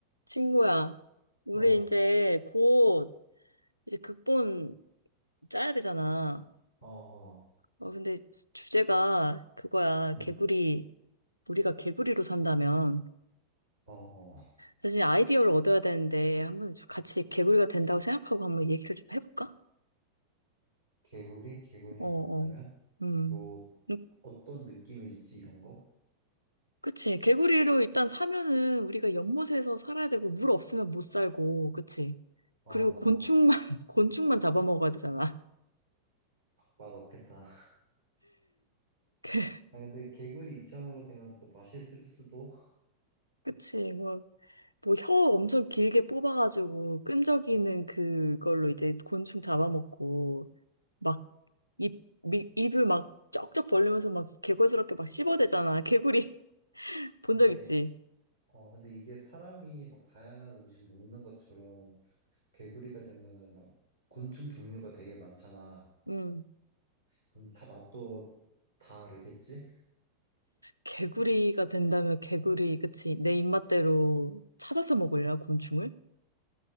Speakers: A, on the left; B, on the right.
A: 친구야, 우리
B: 어,
A: 이제 곧 이제 극본 짜야 되잖아.
B: 어, 어.
A: 어, 근데 주제가 그거야.
B: 음,
A: 개구리. 우리가 개구리로 산다면.
B: 어, 어.
A: 사실 아이디어를 얻어야 되는데 한번 같이 개구리가 된다고 생각하고 한번 얘기를 좀 해볼까?
B: 개구리? 개구리가
A: 어, 어.
B: 된다면?
A: 음.
B: 뭐,
A: 음,
B: 어떤 느낌일지 이런 거?
A: 그치. 개구리로 일단 사면은 우리가 연못에서 살아야 되고 물 없으면 못 살고, 그치.
B: 어,
A: 그리고
B: 어.
A: 곤충만, <laughs> 곤충만 잡아먹어야 되잖아.
B: 맛없겠다.
A: <laughs>
B: 아, 근데 개구리 입장으로 되면 또 맛있을 수도?
A: 그치. 뭐, 뭐 혀 엄청 길게 뽑아가지고 끈적이는 그걸로 이제 곤충 잡아먹고 막 입, 미, 입을 막 쩍쩍 벌리면서 막 개구스럽게 막 씹어대잖아. 개구리 <laughs> 본
B: 이게,
A: 적 있지?
B: 어, 근데 이게 사람이 막 다양한 음식 먹는 것처럼 개구리가 되면은 막 곤충 종류가 되게 많잖아.
A: 음.
B: 그럼 다 맛도 다르겠지?
A: 개구리가 된다면 개구리, 그치? 내 입맛대로 찾아서 먹을래, 곤충을?